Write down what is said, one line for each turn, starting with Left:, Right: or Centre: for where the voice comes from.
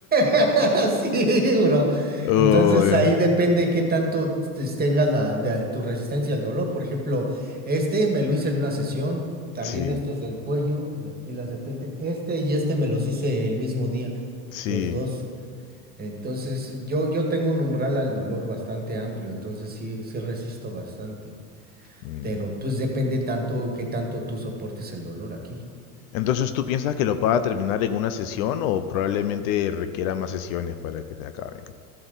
Right: <laughs> sí, bro.
Left: Uy,
Right: Entonces ahí depende qué tanto te- tengas la, de- tu resistencia al dolor. Por ejemplo, este me lo hice en una sesión, también
Left: sí,
Right: estos del cuello, de aquí las de repente, este y este me los hice el mismo día,
Left: sí.
Right: los dos. Entonces, yo, yo tengo un umbral al dolor bastante amplio, entonces sí, sí resisto bastante.
Left: Mm.
Right: Pero pues depende tanto qué tanto tú soportes el dolor aquí.
Left: Entonces, ¿tú piensas que lo pueda terminar en una sesión o probablemente requiera más sesiones para que se acaben?